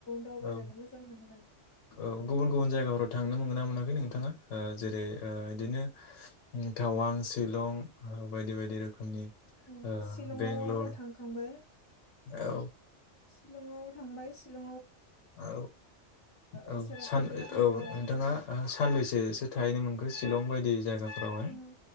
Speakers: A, on the left (about 30°); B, on the left (about 80°).
A: दावबायनानै
B: औ
A: मोजां मोनो माने
B: औ गुबुन गुबुन जायगाफोराव था थांनो मोनगोन ना मोनाखै नोंथाङा ओ जेरै ओ इदिनो टावां, शिलं बायदि बायदि रोखोमनि
A: ओं
B: ओ
A: शिलंआव
B: बेंगलर
A: आङो थांखांबाय।
B: औ।
A: शिलंआव थांबाय शिलं
B: <inaudible> औ औ
A: ओ सेरापुन्जियाव
B: सान
A: थांबाय
B: औ नोंथाङा ओ सानबैसोसो थाहैनो मोन खो शिलं बायदि जायगाफोरावहाय
A: शिलंआव